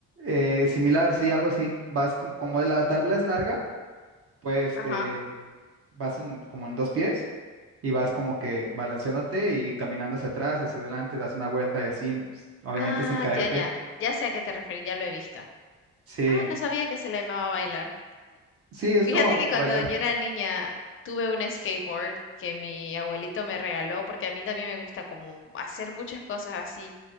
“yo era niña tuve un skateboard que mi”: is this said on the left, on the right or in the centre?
Left